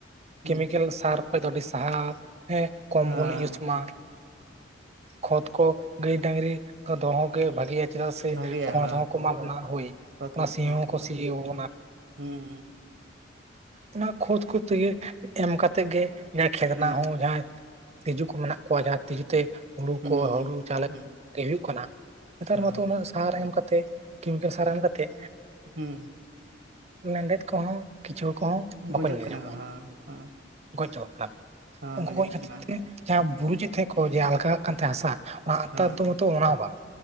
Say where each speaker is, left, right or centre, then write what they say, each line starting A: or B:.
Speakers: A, on the right; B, on the right.
A: ᱦᱩᱸ
B: ᱠᱮᱢᱤᱠᱮᱞ ᱥᱟᱨ ᱠᱷᱚᱡ ᱫᱚ ᱟᱹᱰᱤ ᱥᱟᱦᱟᱨ ᱦᱮᱸ ᱠᱚᱢ
A: ᱦᱮᱸ
B: ᱵᱚᱱ ᱤᱭᱩᱡᱽ ᱢᱟ᱾ ᱠᱷᱚᱛ ᱠᱚ ᱜᱟᱹᱭ ᱰᱟᱹᱝᱨᱤ ᱚᱝᱠᱟ ᱫᱚᱦᱚ ᱜᱮ ᱵᱷᱟᱜᱮᱭᱟ ᱪᱮᱫᱟᱜ ᱥᱮ
A: ᱵᱷᱟᱜᱮᱭᱟ
B: ᱠᱷᱚᱲ
A: ᱦᱳᱭ
B: ᱦᱚᱸ ᱠᱚ ᱮᱢᱟ ᱵᱚᱱᱟ ᱦᱳᱭ, ᱾
A: ᱠᱚᱛᱚ
B: ᱚᱱᱟ ᱥᱤ
A: ᱦᱚᱸ
B: ᱦᱚᱸᱠᱚ ᱥᱤᱭᱟᱹᱣᱟᱵᱚᱱᱟ᱾
A: ᱦᱩᱸ
B: ᱚᱱᱟ ᱠᱷᱚᱛ ᱠᱚ ᱛᱮᱜᱮ ᱮᱢ ᱠᱟᱛᱮᱫ ᱜᱮ ᱡᱟᱦᱟᱸ ᱠᱷᱮᱛ ᱨᱮᱱᱟᱜ
A: ᱦᱮᱸ
B: ᱦᱚᱸ ᱡᱟᱦᱟᱸᱭ ᱛᱤᱡᱩ ᱠᱚ ᱢᱮᱱᱟᱜ ᱠᱚᱣᱟ ᱡᱟᱦᱟᱸ ᱛᱤᱡᱩᱛᱮ ᱦᱩᱲᱩ
A: ᱦᱩᱸ
B: ᱠᱚ, ᱦᱩᱲᱩ ᱪᱟᱞᱮ
A: ᱦᱩᱸ
B: ᱜᱮ ᱦᱩᱭᱩᱜ ᱠᱟᱱᱟ ᱱᱮᱛᱟᱨ
A: ᱦᱚᱸ
B: ᱢᱟᱛᱚ ᱩᱱᱟᱹᱜ ᱥᱟᱨ ᱮᱢ ᱠᱟᱛᱮᱜ ᱠᱤᱢᱠᱤᱱᱴ ᱥᱟᱨ ᱮᱢ ᱠᱟᱛᱮᱜ?
A: ᱦᱩᱸ᱾
B: ᱞᱮᱸᱰᱮᱛ ᱠᱚᱦᱚᱸ ᱠᱤᱪᱷᱩᱭᱟᱹ ᱠᱚᱦᱚᱸ
A: ᱦᱩᱸ
B: ᱵᱟᱠᱚ
A: ᱜᱩᱡᱩᱜ
B: ᱧᱮᱞ
A: ᱠᱟᱱᱟ
B: ᱧᱟᱢᱚᱜ-ᱟ᱾
A: ᱠᱚ ᱦᱚᱸ ᱦᱚᱸ
B: ᱜᱚᱡ ᱪᱵᱟᱜ ᱠᱟᱱᱟ,
A: ᱦᱚᱸ
B: ᱩᱝᱠᱩ
A: ᱜᱩᱡᱩᱜ
B: ᱜᱚᱡ ᱠᱷᱟᱹᱛᱤᱨ
A: ᱠᱟᱱᱟ
B: ᱛᱮ ᱡᱟᱦᱟᱸ ᱵᱩᱨᱩ ᱪᱮᱫ ᱠᱚ ᱡᱮ ᱟᱞᱜᱟᱜ ᱠᱟᱱ ᱛᱟᱦᱮᱸ ᱦᱟᱥᱟ ᱚᱱᱟ
A: ᱦᱚᱸ
B: ᱛᱟᱨ ᱫᱚ ᱢᱟᱛᱚ ᱚᱱᱟ ᱦᱚᱸ ᱵᱟᱝ